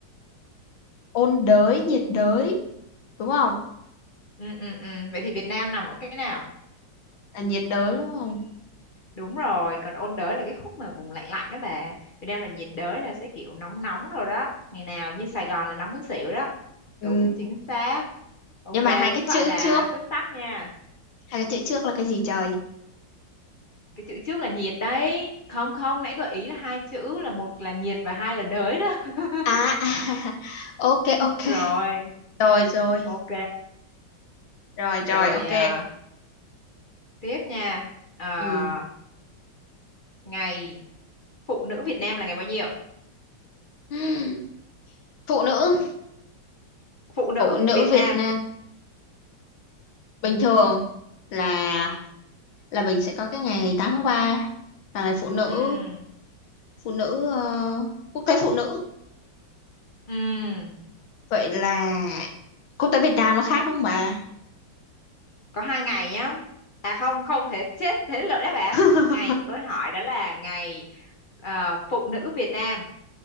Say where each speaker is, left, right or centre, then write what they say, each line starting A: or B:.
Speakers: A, on the left; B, on the left.
A: ôn đới nhiệt đới đúng không
B: ừ ừ ừ vậy thì Việt Nam nằm ở cái nào
A: là nhiệt đới đúng không
B: đúng rồi còn ôn đới là cái khúc mà vùng lạnh lạnh đó bà Việt Nam là nhiệt đới là sẽ kiểu nóng nóng rồi đó ngày nào như Sài Gòn là nóng muốn xỉu đó
A: Ừ,
B: đúng chính xác ok
A: nhưng mà hai cái
B: cũng gọi
A: chữ
B: là
A: trước,
B: xuất sắc nha
A: hai cái chữ trước là cái gì trời?
B: cái chữ trước là nhiệt đấy không không nãy gợi ý là hai chữ là một là nhiệt và hai là đới đó <laughs>
A: À, <laughs> ok ok.
B: rồi
A: Rồi rồi,
B: ok
A: rồi
B: rồi
A: rồi ok.
B: à, tiếp nha à,
A: Ừ.
B: ngày phụ nữ Việt Nam là ngày bao nhiêu
A: Ừm, Phụ nữ,
B: phụ nữ
A: phụ nữ
B: Việt
A: Việt
B: Nam
A: Nam bình thường là là mình sẽ có cái ngày 8 tháng 3 là ngày phụ nữ
B: Ừm,
A: phụ nữ ờ, quốc tế phụ nữ.
B: ừm,
A: Vậy là quốc tế Việt Nam nó khác đúng không bà?
B: có hai ngày nhá à không không thể chết thế lỡ đáp án
A: <laughs>
B: ngày của tôi hỏi đó là ngày à, phụ nữ Việt Nam